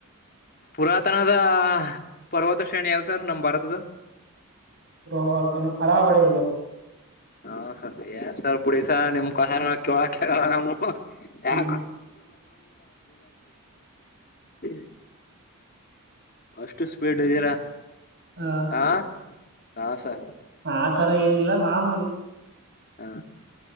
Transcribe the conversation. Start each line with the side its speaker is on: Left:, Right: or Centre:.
Left: ಪುರಾತನದ ಪರ್ವತ ಶ್ರೇಣಿ ಅವ ಸರ್ ನಮ್ಮ್ ಭಾರತದ
Right: ಪುಹತನ ಹರಾವಳೆ ಇರ್ಬೇಕು
Left: ಹಾ ಸರ್ ಏನ್ ಸರ್ ಬಿುಡಿಸ ನಿಮ್ ಕಸ ಕೇಳಕ ಆಗಲ್ಲ ನಮ ಯ
Right: ಹ್ಮ್
Left: <unintelligible> ಅಷ್ಟು ಸ್ಪೀಡ್ ಇದ್ದೀರಾ
Right: ಹಾ
Left: ಹಾ ಹಾ ಸರ್
Right: ಆತರ ಏನಿಲ್ಲ ಮಾಮೂಲಿ
Left: ಹಾ